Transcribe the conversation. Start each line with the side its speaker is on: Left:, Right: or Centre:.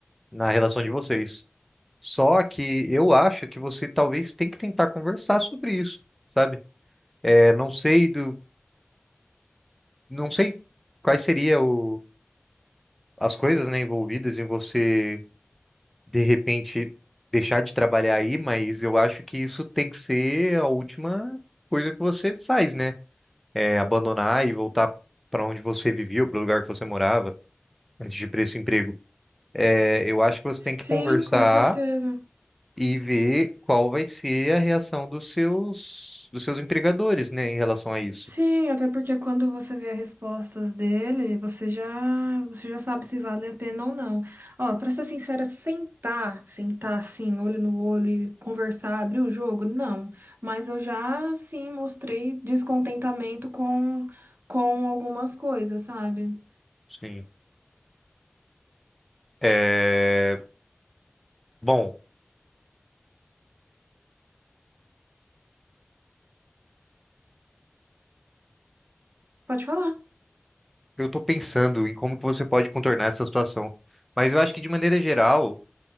Centre: Na relação de vocês. Só que eu acho que você talvez tem que tentar conversar sobre isso, sabe? É, não sei do, não sei quais seriam as coisas, né, envolvidas em você de repente deixar de trabalhar aí, mas eu acho que isso tem que ser a última coisa que você faz, né? É abandonar e voltar para onde você vivia, para o lugar que você morava, antes de ir para esse emprego. É, eu acho que você
Right: Sim,
Centre: tem que conversar
Right: com certeza.
Centre: e ver qual vai ser a reação dos seus dos seus empregadores, né, em relação a isso.
Right: Sim, até porque quando você vê as respostas dele, você já, você já sabe se vale a pena ou não. Ó, pra ser sincera, sentar, sentar assim, olho no olho e conversar, abrir o jogo, não. Mas eu já, sim, mostrei descontentamento com, com algumas coisas, sabe?
Centre: Sim. É, bom.
Right: Pode falar.
Centre: Eu tô pensando em como que você pode contornar essa situação. Mas eu acho que, de maneira geral,